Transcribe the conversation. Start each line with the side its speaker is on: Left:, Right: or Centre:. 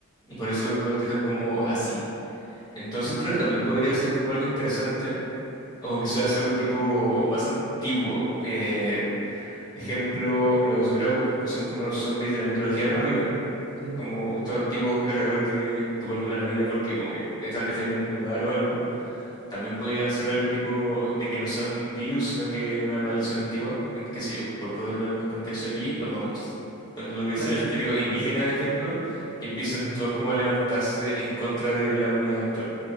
Left: y por eso los dejan como así. Entonces, claro, también podría ser como algo interesante o quizás algo tipo más antiguo. eh, Ejemplo, los Draugr, que son como los zombies de la mitología
Right: Ah,
Left: nórdica,
Right: sí,
Left: como estos antiguos guerreros que, que vuelven a la vida porque como que están defendiendo un lugar o algo. También podría ser algo tipo de que no son virus, sino que una maldición antigua, en- qué sé yo, por ponerlo en contexto aquí, los mapuches. Cuando lo que es
Right: claro,
Left: cementerio
Right: sí,
Left: indígena,
Right: sí, po.
Left: ejemplo, que empiezan
Right: Mm,
Left: todos como a levantarse en contra de la humanidad actual.